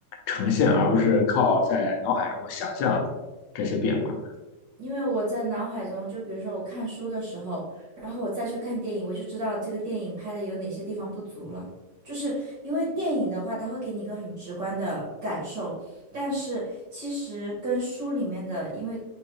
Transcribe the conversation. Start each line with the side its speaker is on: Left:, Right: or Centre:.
Left: 呈现，而不是靠在脑海中想象这些变化。
Right: 因为我在脑海中，就比如说我看书的时候，然后我再去看电影，我就知道这个电影拍的有哪些地方不足了。就是因为电影的话，它会给你一个很直观的感受，但是其实跟书里面的，因为